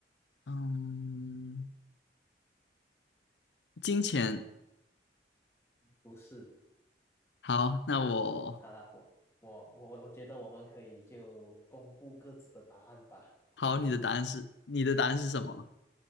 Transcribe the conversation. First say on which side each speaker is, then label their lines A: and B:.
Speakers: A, on the left (about 80°); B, on the left (about 15°).
A: 嗯，金钱。
B: 不是
A: 好，那我
B: 好啦，我我我我觉得我们可以就公布各自的答案吧，
A: 好，你的答案是你的答案是什么？